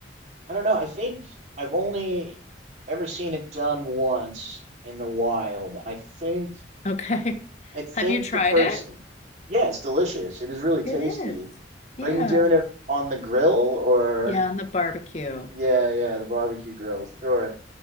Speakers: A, on the right; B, on the left.
A: I don't know. I think I've only ever seen it done once in the wild, and I think
B: Okay. <laughs>
A: I think
B: Have you tried
A: the person.
B: it?
A: Yeah, it's delicious. It is really tasty.
B: It is. Yeah.
A: Are you doing it on the grill or?
B: Yeah, on the barbecue.
A: Yeah, yeah, the barbecue grill. Sure.